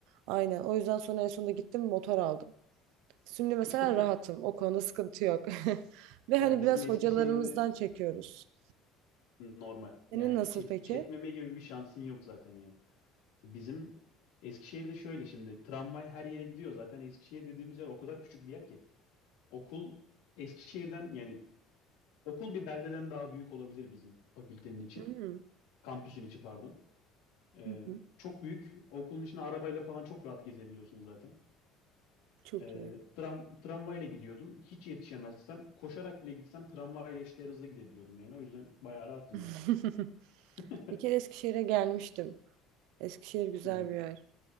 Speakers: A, on the right; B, on the left.
A: Aynen. O yüzden sonra en sonunda gittim motor aldım. Şimdi mesela
B: <laughs>
A: rahatım. O konuda sıkıntı yok. <laughs> Ve
B: Ya
A: hani
B: bizim
A: biraz
B: Eskişehir'de
A: hocalarımızdan çekiyoruz.
B: Normal.
A: Senin
B: Yani
A: nasıl
B: çek,
A: peki?
B: çekmeme gibi bir şansın yok zaten ya. Bizim Eskişehir'de şöyle şimdi tramvay her yere gidiyor. Zaten Eskişehir dediğimiz yer o kadar küçük bir yer ki. Okul Eskişehir'den yani okul bir beldeden daha büyük olabilir bizim fakültenin içi.
A: Hmm,
B: Kampüsün içi pardon. Ee,
A: Hı hı.
B: çok büyük. Okulun içine arabayla falan çok rahat gezebiliyorsun zaten.
A: Çok
B: Ee,
A: iyi.
B: tram, tramvayla gidiyordum. Hiç yetişemezsem koşarak bile gitsem tramvayla eşdeğer hızla gidebiliyordum yani. O yüzden bayağı rahattım
A: <laughs>
B: ben. <laughs>
A: Bir kere Eskişehir'e gelmiştim. Eskişehir güzel
B: Hı hı.
A: bir yer.